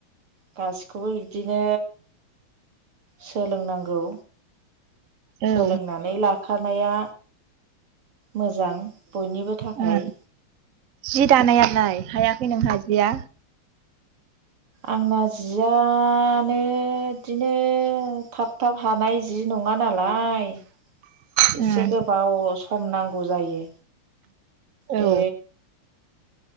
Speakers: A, on the right (about 80°); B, on the right (about 60°).
A: गासिखौबो बिदिनो सोलोंनांगौ
B: औ
A: सोलोंनानै लाखानाया मोजां बयनिबो थाखाय
B: उम जि दानायालाय हायाखै नोंहा जिया
A: आंना जिया मानो बिदिनो थाब थाब हानाय जि नङाना लाय
B: उम
A: एसे गोबाव सम नांगौ जायो
B: औ
A: बे